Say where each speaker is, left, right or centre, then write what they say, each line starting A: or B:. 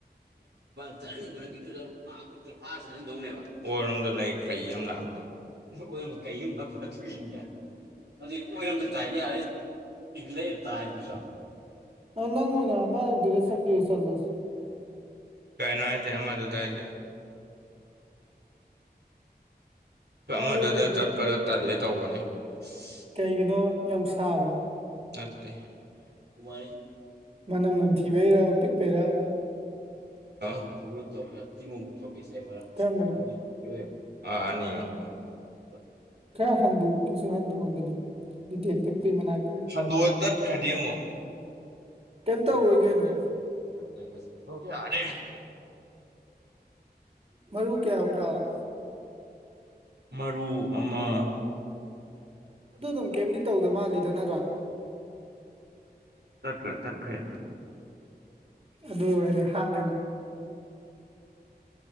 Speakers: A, on the right; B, on the right.
A: ꯆꯠꯍꯟꯅꯤꯡꯕꯗꯨꯠꯅꯦꯕ ꯑꯣꯏꯔꯣꯝꯗ ꯂꯩ ꯀꯩ ꯑꯃ ꯂꯥꯛꯄ ꯀꯩꯃ ꯑꯃꯥ ꯅꯥꯞꯄ ꯑꯗꯨꯏꯅꯦ ꯑꯗꯥꯏ ꯑꯣꯏꯔꯣꯏꯗ ꯇꯥꯏ ꯌꯥ ꯂꯩ ꯇꯥꯏꯗꯨꯁꯨ
B: ꯑ ꯅꯪ ꯑꯥꯏꯅ ꯑꯃꯗꯨꯗꯥ ꯆꯠꯀꯦꯁꯨ ꯆꯠꯂꯣ
A: ꯀꯥꯏꯅꯣ ꯍꯥꯏꯁꯦ ꯑꯃꯗꯨꯗꯥ ꯍꯥꯏꯗꯤ
B: ꯌꯥꯔꯦ
A: ꯑꯃꯗꯨꯗ
B: ꯑꯣꯀꯦ
A: ꯆꯠꯄꯗꯣ
B: ꯊꯦꯡ
A: ꯇꯜꯂꯦ ꯇꯧꯕꯅꯤ ꯑꯁ
B: ꯀꯩꯒꯤꯅꯣ ꯌꯥꯝ ꯁꯥꯕꯔꯣ
A: ꯅꯠꯇꯦ ꯁ
B: ꯃꯅꯝ ꯅꯝꯊꯤꯕꯩꯔꯕ ꯄꯤꯛꯄꯩꯔꯕ
A: <inaudible> ꯊꯣ ꯇꯧꯔꯒ ꯇꯤꯃꯐ ꯊꯣꯛꯄꯁꯤꯅꯦꯕ
B: ꯀꯔꯝꯕꯅꯣ
A: ꯑꯗꯨꯣꯏꯕ ꯑ ꯑꯅꯤꯕ <inaudible>
B: ꯈꯔ ꯍꯟꯗꯣꯛꯀꯦꯁꯨ ꯍꯟꯗꯣꯛꯑꯣ ꯑꯗꯨꯗꯤ ꯇꯤꯀꯦꯠ ꯀꯛꯄꯩ ꯃꯅꯥꯛꯇꯥ
A: ꯍꯟꯗꯣꯛꯑꯗꯤ ꯇꯠꯈ꯭ꯔꯅꯤ ꯑꯃꯨꯛ ꯔꯦ
B: ꯀꯩꯝ ꯇꯧꯔꯣꯏ ꯀꯩꯅꯣ
A: <inaudible>
B: ꯃꯔꯨ ꯀꯌꯥ ꯍꯧꯇꯥ <inaudible>
A: ꯃꯔꯨ ꯑꯃ
B: ꯑꯗꯨ ꯑꯗꯨꯝ ꯀꯩꯝꯗꯤ ꯇꯧꯗ ꯃꯥꯜꯂꯤꯗ ꯅꯠꯇ꯭ꯔꯥ
A: ꯇꯠꯈꯔꯦ ꯇꯠꯈꯔꯦ ꯑꯗꯨꯝ
B: ꯑꯗꯨ ꯑꯣꯏꯔꯗꯤ ꯍꯥꯠꯂꯦꯅ